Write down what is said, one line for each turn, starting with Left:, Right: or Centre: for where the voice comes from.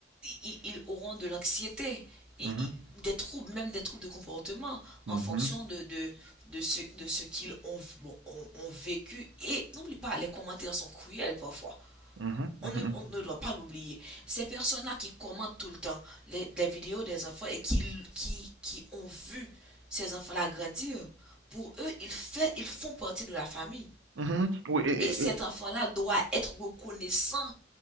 Centre: i- ils, auront de l'anxiété, i-
Right: mhm,
Centre: i- des troubles, même des troubles de comportement
Right: mhm,
Centre: en fonction de, de, de ce, de ce qu'ils ont, bon, ont- ont vécu. Et n'oublie pas, les commentaires sont cruels parfois.
Right: mhm,
Centre: On
Right: mhm,
Centre: ne, on ne doit pas l'oublier. Ces personnes-là qui commentent tout le temps les, les vidéos des enfants et qui, qui, qui ont vu ces enfants-là grandir, pour eux, ils, fait, ils font partie de la famille.
Right: mhm. Oui, et-
Centre: Et
Right: et-
Centre: cet
Right: et,
Centre: enfant-là doit être reconnaissant